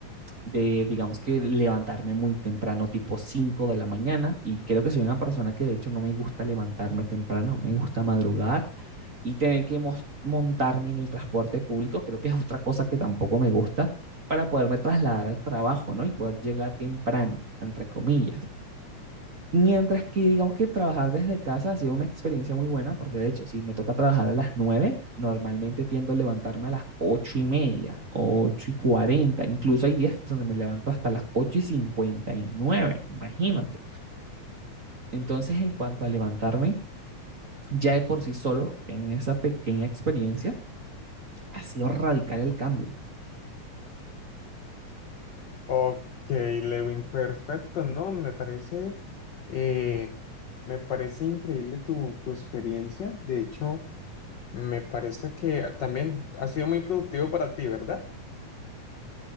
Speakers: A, on the right; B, on the left.
A: de, digamos que levantarme muy temprano, tipo 5 de la mañana, y creo que soy una persona que de hecho no me gusta levantarme temprano, no me gusta madrugar y tener que mos- montarme en el transporte público, creo que es otra cosa que tampoco me gusta para poderme trasladar al trabajo, ¿no? Y poder llegar temprano, entre comillas. Mientras que digamos que trabajar desde casa ha sido una experiencia muy buena, porque de hecho, si me toca trabajar a las 9 normalmente tiendo a levantarme a las ocho y media, ocho y cuarenta incluso hay días donde me levanto hasta las ocho y cincuenta y nueve imagínate. Entonces, en cuanto a levantarme, ya de por sí solo, en esa pequeña experiencia, ha sido radical el cambio.
B: Ok, Lewin, perfecto, ¿no? Me parece, eh, me parece increíble tu, tu experiencia. De hecho, me parece que también ha sido muy productivo para ti, ¿verdad?